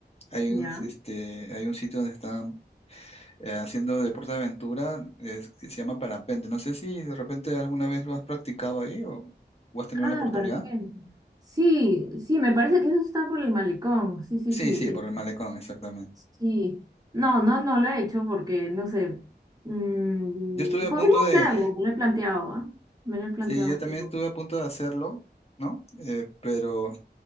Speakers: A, on the left; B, on the right.
A: hay
B: Ya.
A: un, este, hay un sitio donde están eh, haciendo deporte de aventura, es- que se llama parapente. No sé si de repente alguna vez lo has practicado ahí o, o has tenido
B: Ah,
A: la oportunidad.
B: perfecto. Sí, sí, me parece que eso está por el malecón. Sí, sí,
A: Sí,
B: sí.
A: sí,
B: eh,
A: por el malecón, exactamente.
B: sí. No, no, no lo he hecho porque, no sé. mm,
A: Yo estuve a
B: podría
A: punto de,
B: hacerlo, me lo he planteado, ¿ah? Me lo he planteado,
A: sí, yo también
B: pero.
A: estuve a punto de hacerlo, ¿no? Eh, pero